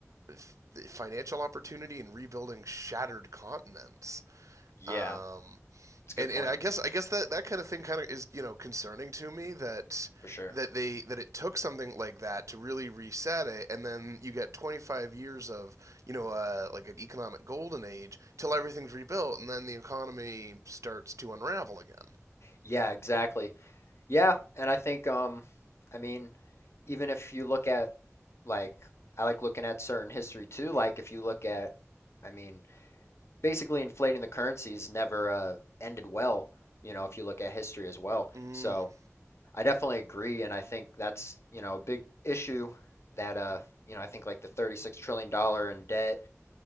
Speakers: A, on the right; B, on the left.
A: f- financial opportunity and rebuilding shattered continents.
B: Yeah.
A: Um
B: It's a good
A: and and
B: point
A: I guess I guess that that kind of thing kind of is you know concerning to me that
B: for sure.
A: that they that it took something like that to really reset it, and then you get 25 years of you know uh, like an economic golden age till everything's rebuilt, and then the economy starts to unravel again.
B: Yeah, exactly. Yeah, and I think, um, I mean. even if you look at like I like looking at certain history too. Like if you look at, I mean, basically inflating the currencies never uh, ended well. You know, if you look at history as well.
A: Mm,
B: So I definitely agree, and I think that's you know a big issue that uh you know I think like the 36 trillion dollar in debt